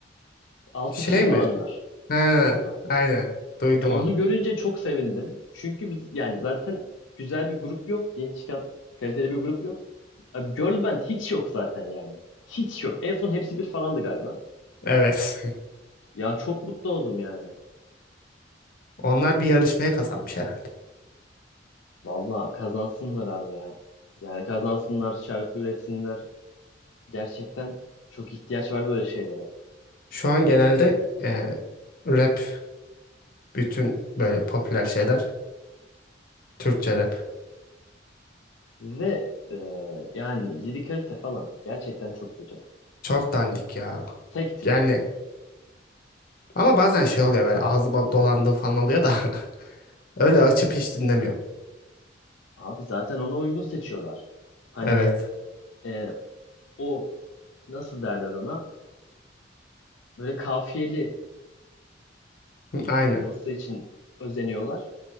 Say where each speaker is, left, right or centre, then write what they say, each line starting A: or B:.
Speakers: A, on the left; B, on the left.
A: 6
B: Şey
A: kişi falanlar.
B: mi? Ha,
A: galiba.
B: aynen. Duydum
A: Ya onu
B: onu.
A: görünce çok sevindim. Çünkü biz yani zaten güzel bir grup yok. Yeni çıkan kaliteli bir grup yok. Abi girl band hiç yok zaten yani. Hiç yok. En son hepsi bir falandı galiba.
B: Evet.
A: Ya çok mutlu oldum yani.
B: <laughs> Onlar bir yarışmaya kazanmış herhalde.
A: Valla kazansınlar abi ya. Yani kazansınlar, şarkı üretsinler. Gerçekten çok ihtiyaç var böyle şeylere.
B: Şu an genelde e, rap bütün böyle popüler şeyler Türkçe rap.
A: Ve e, yani lirikalite falan gerçekten çok kötü.
B: Çok dandik ya.
A: Tek tip.
B: Yani ama bazen şey oluyor böyle ağzıma dolandığı falan oluyor da <laughs> öyle açıp hiç dinlemiyorum.
A: Abi zaten ona uygun seçiyorlar. Hani
B: Evet.
A: e, o nasıl derler ona böyle kafiyeli
B: Hı, Aynen.
A: olması için özeniyorlar.